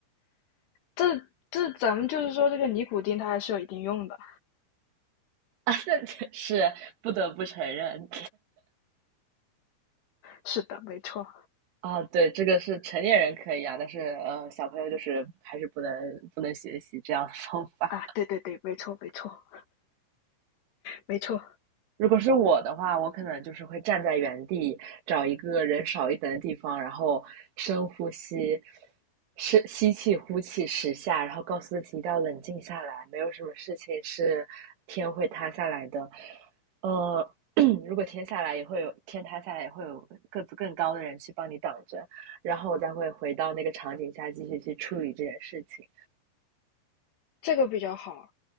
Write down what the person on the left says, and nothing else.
这这咱们就是说，这个尼古丁它还是有一定用的。
是的，没错
啊，对对对，没错没错没错，
这个比较好，